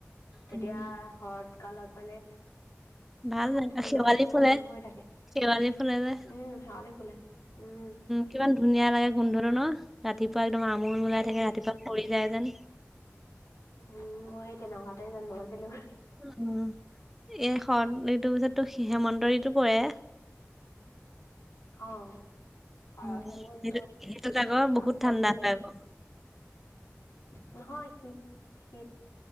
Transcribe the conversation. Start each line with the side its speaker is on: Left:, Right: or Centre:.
Left: তেতিয়া
Centre: উম।
Left: শৰৎ কালত মানে
Centre: ভাল লাগে
Left: ধূলি
Centre: শেৱালি
Left: বালিটো কম
Centre: ফুলে
Left: হৈ থাকে।
Centre: শেৱালি ফুলে যে
Left: উম, হাউলি খোলে। উম।
Centre: কিমান ধুনীয়া লাগে গোন্ধটো ন' ৰাতিপুৱা একদম আমোল মুলাই
Left: উম
Centre: থাকে, ৰাতিপুৱা সৰি যায় যেন।
Left: উম, মই সেই তেনেুৱাতে জন্ম হৈছিলোঁ।
Centre: উ, এইখন ইটোৰ পিছততো সিহে মন্দুৰিটো কৰে।
Left: অ'। শৰত,
Centre: উম,
Left: হেমন্ত
Centre: সেইটো সেইটোত আকৌ
Left: তাৰপিছত
Centre: বহুত ঠাণ্ডা
Left: শীত।
Centre: হয় আকৌ।
Left: নহয় শীত শীত।